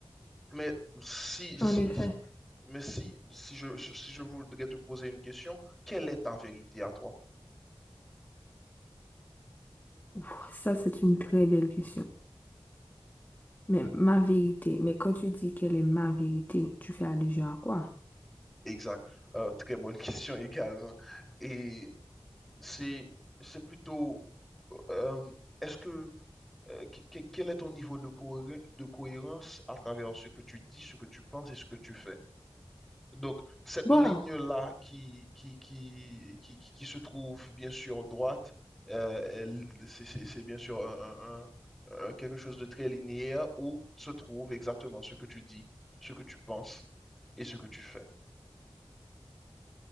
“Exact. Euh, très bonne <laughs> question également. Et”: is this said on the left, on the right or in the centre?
Centre